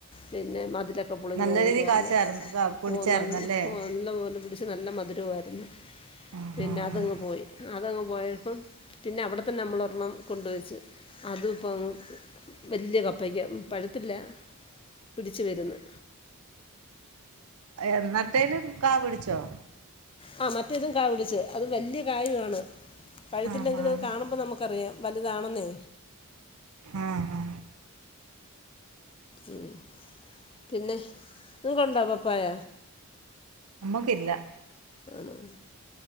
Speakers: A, on the left; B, on the right.
A: പിന്നെ മതിലൊക്കെ ക്കപ്പൊളിഞ്ഞുന്ന്
B: നല്ല രീതി
A: പറഞ്ഞ്
B: കാച്ചായിരുന്നു കാ പിടിച്ചായിരുന്നല്ലേ
A: ഓ നല്ല നല്ലപോലെ പിടിച്ച് നല്ല മധുരവായിരുന്നു
B: ആഹ്
A: പിന്നെ
B: ആഹ്
A: അതങ്ങ് പോയി അതങ്ങ് പോയപ്പം പിന്നെ അവിടെത്തന്നെ നമ്മളൊരെണ്ണം കൊണ്ട് വച്ച് അതും ഇപ്പംങ് വല്ല്യ കപ്പ പയ്യ പഴത്തില്ല പിടിച്ച് വരുന്ന്
B: എന്നട്ടേലും കാ പിടിച്ചോ
A: ആ മറ്റേതും കാ പിടിച്ച് അത് വല്ല്യ കായുവാണ് പഴുത്തില്ലെങ്കിലത്
B: ആഹ് ആഹ്
A: കാണുമ്പോ നമുക്കറിയാം ലാണെന്നേ
B: ആഹ് ആഹ്
A: ഉം പിന്നെ നിനക്ണ്ടോ പപ്പായ
B: മ്മക്കില്ല
A: ആഹ്